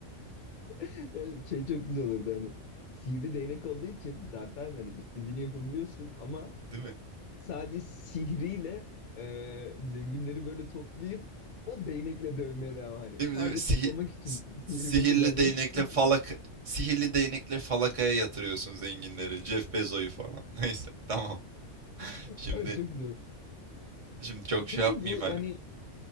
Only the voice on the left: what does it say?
<laughs> şey çok güzel olurdu hani sihirli değnek olduğu için zaten hani istediğini yapabiliyorsun ama
Sadece sihriyle e, zenginleri böyle toplayıp o değnekle dövmeye devam hani.
Sadece
toplamak için
sihrini kullanacaksın.
<laughs>
Ay, Çok güzel.
Peki
bu
yani